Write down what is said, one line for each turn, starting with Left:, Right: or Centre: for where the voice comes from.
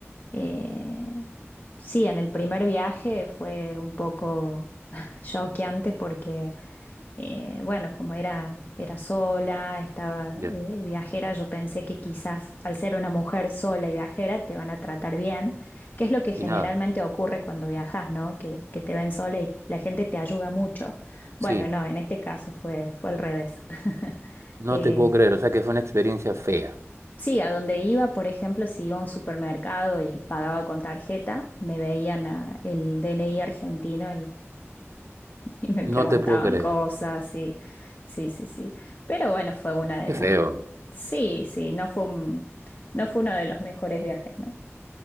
Left: Eh, sí, en el primer viaje fue un poco <laughs> choqueante porque eh, bueno, como era, era sola, estaba
Right: Ya.
Left: eh, viajera, yo pensé que quizás al ser una mujer sola y viajera te van a tratar bien, que es lo que generalmente
Right: Y nada,
Left: ocurre cuando viajas, ¿no? Que, que te ven sola y la gente te ayuda mucho. Bueno,
Right: sí,
Left: no, en este caso fue, fue al revés. <laughs>
Right: no
Left: Eh,
Right: te puedo creer, o sea que fue una experiencia fea.
Left: sí, a donde iba, por ejemplo, si iba a un supermercado y pagaba con tarjeta, me veían a- el DNI argentino <laughs> Y me preguntaban
Right: No te puedo creer.
Left: cosas, y sí, sí, sí. Pero bueno, fue una de
Right: Qué
Left: las...
Right: feo.
Left: Sí, sí, no fue un- no fue uno de los mejores viajes, ¿no?